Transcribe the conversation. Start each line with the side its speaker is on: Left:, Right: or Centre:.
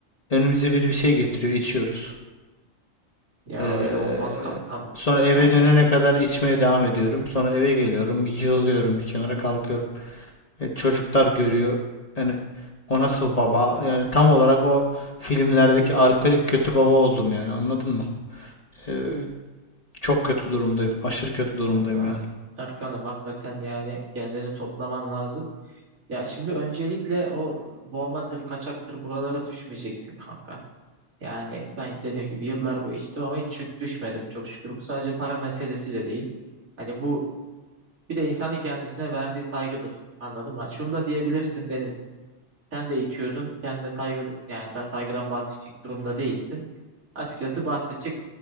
Left: Önümüze bir bir şey getiriyor, içiyoruz.
Right: Ya
Left: Ee,
Right: öyle olmaz kankam.
Left: sonra eve
Right: Yani
Left: dönene kadar içmeye devam ediyorum. Sonra eve geliyorum, yığılıyorum bir kenara kalkıyorum. E, çocuklar görüyor. Yani o nasıl baba? Yani tam olarak o filmlerdeki alkolik kötü baba oldum yani anladın mı? Ee, çok kötü durumdayım. Aşırı kötü durumdayım
Right: valla
Left: yani.
Right: Erkan'ım hakikaten yani kendini toplaman lazım. Ya şimdi öncelikle o boğmadır, kaçaktır buralara düşmeyecektin kanka. Yani ben dediğim gibi yıllar boyu içtim ama hiç çök- düşmedim çok şükür. Bu sadece para meselesi de değil. Hani bu bir de insanın kendisine verdiği saygıdır. Anladın mı? Şunu da diyebilirsin Deniz. Sen de içiyordun. Kendine saygı yani daha saygıdan bahsedecek durumda değilsin. açıkçası bahsedecek